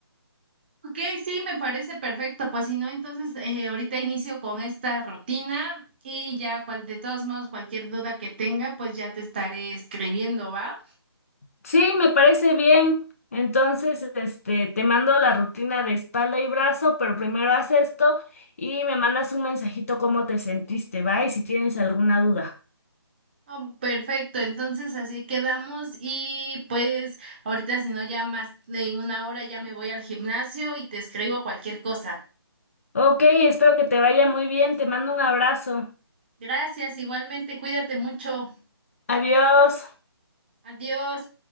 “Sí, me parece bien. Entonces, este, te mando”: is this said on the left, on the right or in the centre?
Left